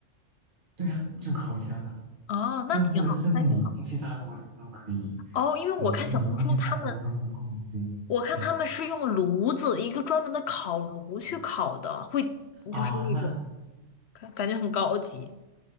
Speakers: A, on the right; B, on the left.
A: 对呀，就烤箱啊，
B: 啊，那挺好，
A: 甚至甚至你空气炸锅都可以。
B: 那挺好。哦，因为我看小红书他们，
A: 嗯，如果你空气炸锅温度够，对，
B: 我看他们是用炉子，
A: 嗯
B: 一个专门的烤炉去烤的，
A: 嗯
B: 会
A: 啊，
B: 就是那种
A: 那。
B: 感感觉很高级。